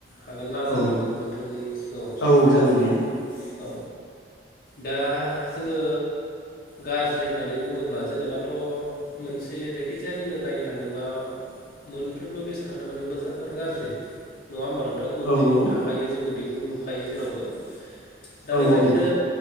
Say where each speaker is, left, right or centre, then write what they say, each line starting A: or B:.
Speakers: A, on the left (about 50°); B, on the left (about 85°).
A: हागोन नाजानि
B: औ
A: नोंथांनि सिगांङाव एसे
B: औ औ
A: खोन्थानो
B: जागोन दे
A: औ दा जोङो गाज्रि होननानै बुङोब्ला जेनेबाथ' मोनसे जायखिजाया जोङो नायनो थाङोब्ला मोनफ्रोमबो बेसादानो माने मोजां आरो गाज्रि नङा होनबा नोंथां मोननै
B: औ
A: गुन
B: औ
A: थाखायो जोङो बेखौ नुख थाफायो जेरावबो दा
B: औ
A: बेबायदिनो
B: औ